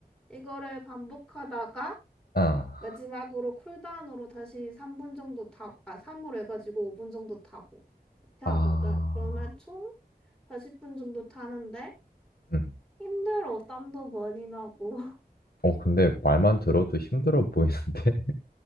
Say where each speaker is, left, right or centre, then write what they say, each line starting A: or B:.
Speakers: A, in the centre; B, on the left.
A: 이거를 반복하다가,
B: 아,
A: 마지막으로 쿨다운으로 다시 삼 분 정도 타고, 아, 3으로 해가지고 5분 정도 타고, 이렇게
B: 아,
A: 하거든. 그러면 총 40분 정도 타는데,
B: 음.
A: 힘들어, 땀도 많이 나고. <laughs>
B: 어, 근데 말만 들어도 힘들어 보이는데?